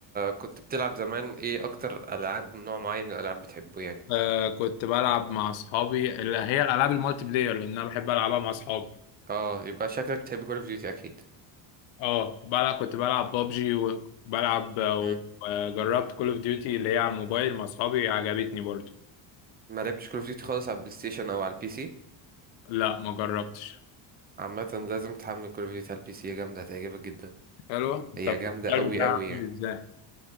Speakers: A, on the right; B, on the left.
A: كنت بتلعب زمان ايه اكتر العاب نوع معين من الالعاب بتحبه يعني
B: آه كنت بلعب مع اصحابي اللي هي الالعاب المالتي بلاير لان انا بحب العبها مع اصحابي
A: اه يبقى شكلك بتحب كول اوف ديوتي اكيد
B: اه بلعب كنت بلعب بابجي وبلعب وجربت
A: مم.
B: كول اوف ديوتي اللي هي على الموبايل مع اصحابي عجبتني برضو
A: ما لعبتش كول اوف ديوتي خالص على البلاي ستيشن او على البي سي
B: لا ما جربتش
A: عامه لازم تحمل كول اوف ديوتي على البي سي هي جامده هتعجبك جدا
B: حلوة
A: هي
B: طب
A: جامده
B: السؤال
A: قوي
B: بتاعها
A: قوي
B: عامل
A: يعني
B: ازاي